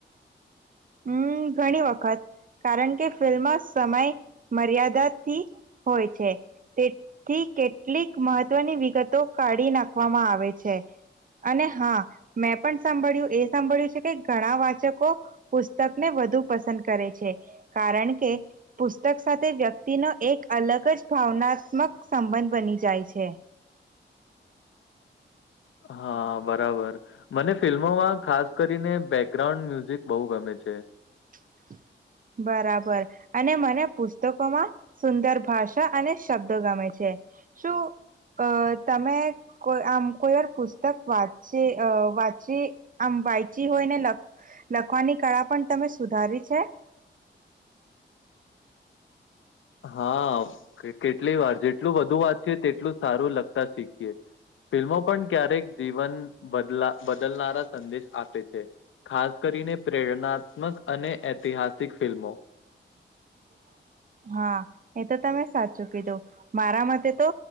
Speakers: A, on the right; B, on the left.
A: હ હમ ઘણી વખત કારણ કે ફિલ્મ સમય મર્યાદાથી હોય છે તેથી કેટલીક મહત્વની વિગતો કાઢી નાખવામાં આવે છે અને હા મેં પણ સાંભળ્યું એ સાંભળ્યું છે કે ઘણા વાચકો પુસ્તકને વધુ પસંદ કરે છે કારણ કે પુસ્તક સાથે વ્યક્તિનો એક અલગ જ ભાવનાત્મક સંબંધ બની જાય છે હમ
B: હા બરાબર મને ફિલ્મોમાં ખાસ કરીને બેકગ્રાઉન્ડ મ્યુઝિક બહુ ગમે છે છે
A: હ બરાબર અને મને પુસ્તકોમાં સુંદર ભાષા અને શબ્દો ગમે છે. શું? અ તમે કો આમ કોઈર પુસ્તક વાંચી વાંચી આ <inaudible> વાંચી હોય ને લખવાની કળા પણ તમે સુધારી છે?
B: હાકે કેટલી વાર જેટલું વધુ વાત છે તેટલું સારું લગતા શીખીએ. ફિલ્મો પણ ક્યારેક જીવન બદલા બદલનારા સંદેશ આપે છે. ખાસ કરી ને પ્રેરણાત્મક અને ઐતિહાસિક ફિલ્મો.
A: <inaudible> હા એ તો તમે સાચું કીધું મારા માટે તો